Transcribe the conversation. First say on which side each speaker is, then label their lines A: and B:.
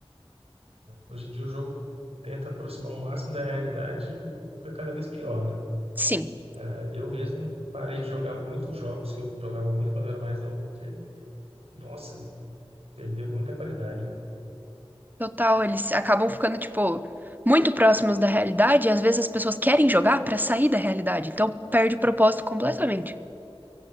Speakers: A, on the right (about 85°); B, on the right (about 20°).
A: Hoje em dia o jogo tenta aproximar o máximo da realidade e fica cada vez pior, né?
B: Sim,
A: É, Eu mesmo parei de jogar muitos jogos que eu jogava muito quando eu era mais novo, porque, nossa, perdeu muita qualidade, né?
B: Total, eles acabam ficando, tipo, muito próximos da realidade e às vezes as pessoas querem jogar pra sair da realidade, então perde o propósito completamente.